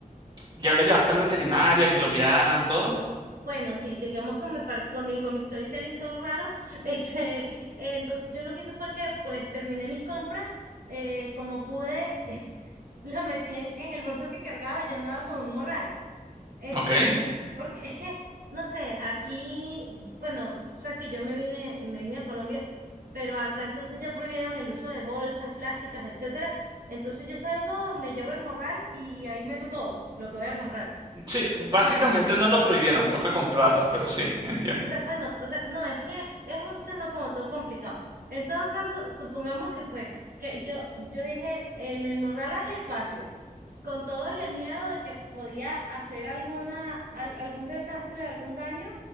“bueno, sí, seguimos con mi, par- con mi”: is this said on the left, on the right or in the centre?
Right